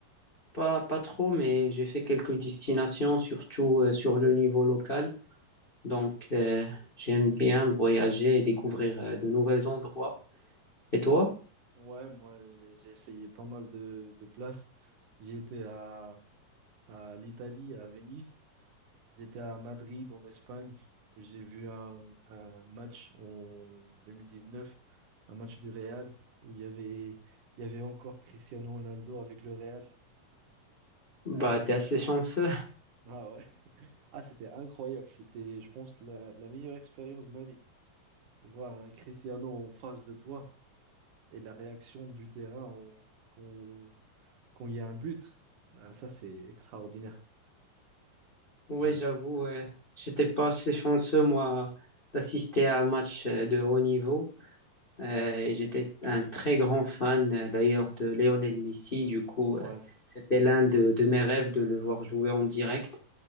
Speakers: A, on the left; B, on the right.
A: pas, pas trop, mais j'ai fait
B: Pas
A: quelques
B: trop.
A: destinations, surtout euh, sur le niveau local. Donc, euh, j'aime bien voyager et découvrir euh, de nouveaux endroits. Et toi?
B: Ouais, moi, j'ai j'ai essayé pas mal de, de places. J'y étais à à l'Italie, à Venise. J'étais à Madrid, en Espagne. J'ai vu un, un match en 2019, un match du Real, où il y avait, il y avait encore Cristiano Ronaldo avec le Real.
A: Bah,
B: Eh
A: t'es
B: ouais,
A: assez chanceux.
B: ah ouais. Ah, c'était incroyable. C'était, je pense, la, la meilleure expérience de ma vie. Voir Cristiano en face de toi et la réaction du terrain en- quand, quand il y a un but, Ah, ça, c'est extraordinaire.
A: <laughs> oui
B: Bref,
A: j'avoue, euh, j'étais pas assez chanceux, moi, d'assister à un match euh, de haut niveau. Euh, et j'étais un très grand fan euh, d'ailleurs de Lionel Messi. Du coup,
B: ouais,
A: euh, c'était l'un de, de mes rêves de le voir jouer en direct.